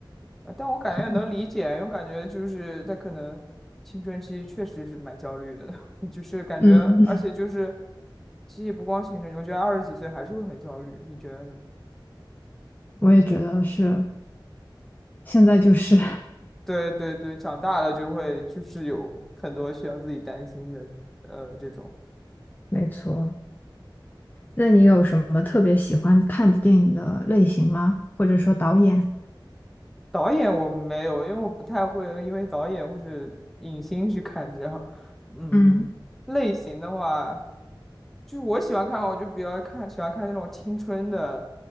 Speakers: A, in the centre; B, on the left (about 20°).
A: 呃但我感觉也能理解，
B: 可能，
A: 因为我感觉就是她可能青春期确实是蛮焦虑的，<laughs> 就是感觉，
B: 嗯，
A: 而且就是，其实也不光青春期，我觉得二十几岁还是会很焦虑，你觉得呢？
B: <laughs> 我也觉得是，现在就是，
A: 对对对，长大了就会就是有很多需要自己担心的，呃，这种
B: <laughs> 没错。那你有什么特别喜欢看的电影的类型吗？或者说导演？
A: 导演我没有，因为我不太会因为导演或者影星去看这样。嗯，
B: 嗯，
A: 类型的话，就是我喜欢看，我就比较看喜欢看那种青春的，